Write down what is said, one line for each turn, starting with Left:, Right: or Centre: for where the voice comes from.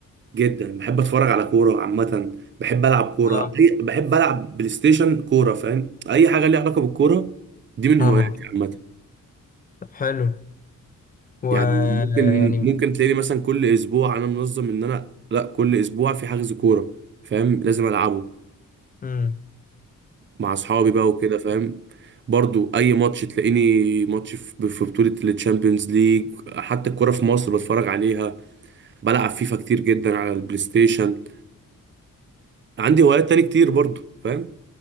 Right: جدا بحب اتفرج على كوره عامه بحب العب كوره
Left: اه
Right: أي- بحب العب بلاي ستيشن كوره فاهم اي حاجه ليها علاقه بالكوره دي من
Left: ها
Right: هواياتي عامه
Left: طب حلو و
Right: يعني ممكن
Left: يعني
Right: ممكن تلاقيني مثلا كل اسبوع انا منظم ان انا لا كل اسبوع في حجز كوره فاهم لازم العبه
Left: امم
Right: مع اصحابي بقى وكده فاهم برضو اي ماتش تلاقيني ماتش في في بطولة التشامبيونز ليج حتى الكرة في مصر بتفرج عليها بلعب فيفا كتير جدا على البلاي ستيشن عندي هوايات تاني كتير برضو فاهم